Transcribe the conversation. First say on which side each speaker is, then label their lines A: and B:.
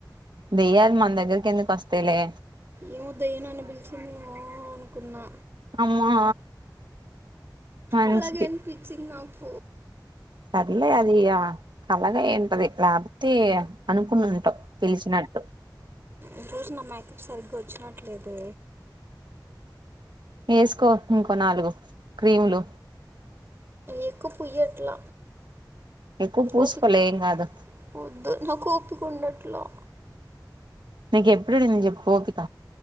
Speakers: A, on the right; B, on the right.
A: దయ్యాలు మన దగ్గర్కి ఎందుకోస్తాయిలే
B: ఏమొ దయ్యం నన్ను పిలిచిందేమొ అనుకున్నా
A: అమ్మా మంచిది
B: అలాగే అనిపించిన్ నాకు
A: సర్లే అది ఇగ కలనే అయుంటది లేపోతే అనుకునుంటావ్ పిలిచినట్ ట్టు
B: ఇ రోజు నా మేకప్ సరిగ్గా ఓచ్చినట్లేదు
A: ఏసుకో ఇంకో నాలుగు క్రీములు
B: ఎక్కువ పుయ్యట్ల
A: ఎక్కువ పూసుకోలే
B: ఓపిక్
A: ఏం కాదు
B: వద్దు నాక్ ఓపికుండట్లా
A: నీక్ ఎప్పుడుండింది జెప్పు ఓపిక